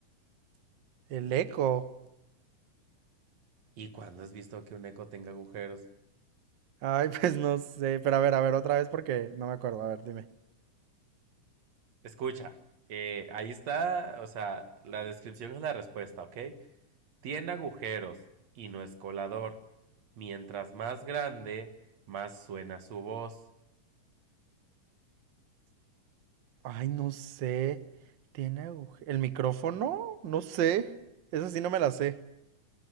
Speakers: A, on the right (about 80°); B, on the right (about 60°).
A: El eco.
B: ¿Y cuándo has visto que un eco tenga agujeros?
A: Ay, <laughs> pues no sé. Pero a ver, a ver, otra vez porque no me acuerdo. A ver, dime.
B: Escucha, eh, ahí está, o sea, la descripción es la respuesta, ¿ok? Tiene agujeros y no es colador. Mientras más grande, más suena su voz.
A: Ay, no sé. ¿Tiene aguje- ¿El micrófono? No sé. Eso sí no me la sé.